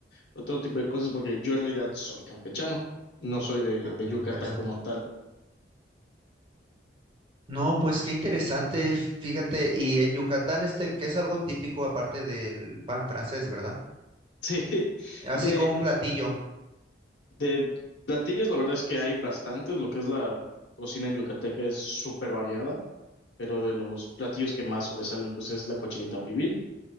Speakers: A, on the left (about 60°); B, on the right (about 25°).
A: otro tipo de cosas, porque yo en realidad soy campechano, no soy de,
B: Ah,
A: de Yucatán
B: interesante.
A: como tal. <laughs>
B: No, pues qué interesante, fíjate, y en Yucatán este, que es algo típico aparte del pan francés, ¿verdad?
A: Sí,
B: Así
A: de,
B: como un platillo.
A: De platillos, la verdad es que hay bastantes. Lo que es la cocina yucateca es súper variada, pero de los platillos que más sobresalen, pues es la cochinita pibil.